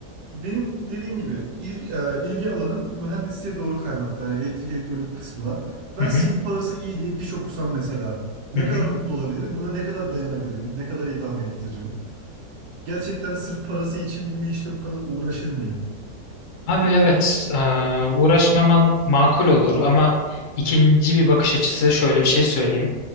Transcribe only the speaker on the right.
benim dediğim gibi il- e, ilgi alanım mühendisliğe doğru kaymakta. Hani elektrik elektronik kısmına. Ben
sırf parası iyi diye diş okusam mesela. Ne
kadar mutlu olabilirim? Buna ne kadar dayanabilirim? Ne kadar idame ettiririm? Gerçekten sırf parası için bu işte bu kadar uğraşır mıyım?